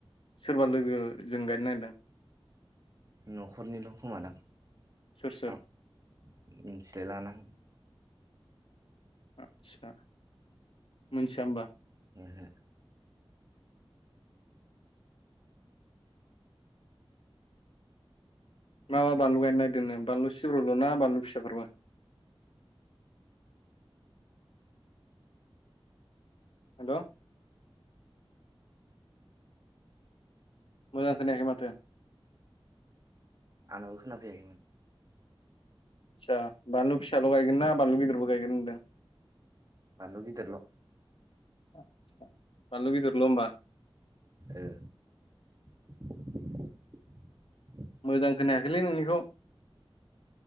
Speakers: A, on the left (about 65°); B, on the right (about 35°).
A: सोरबा लोगो जों गायनो नागिरदों?
B: न'खरनिल' खोमादां।
A: सोर सोर
B: आं मिन्थिलाय लाङालां
A: आतसा मोनथिया होमबा?
B: ओहो
A: मा मा बानलु गायनो नागिरदोंनो बानलु सिब्रबो ना बानलु फिसाफोरबो? <inaudible> हेल'। मोजांखोनायाखै माथो
B: आंनाबो खोनाफैयाखैमोन
A: आदसा बानलु फिसाल' गायगोन ना बानलु गिदिरबो गायगोन होनदों?
B: बालु गिदिरल'।
A: आदसा, बानलु गिदिरल' ओमबा
B: ओ <inaudible>
A: मोजां खोनायाखैलै नोंनिखौ